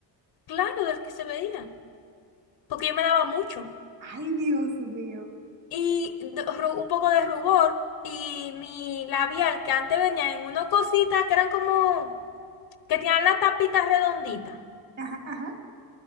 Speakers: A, on the left (about 70°); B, on the right (about 45°).
A: claro, del que se veía, porque yo me daba mucho.
B: Ay, Dios mío.
A: y de- ru- un poco de rubor y mi labial que antes venía en unas cositas que eran como que tenían la tapita redondita.
B: Ajá, ajá.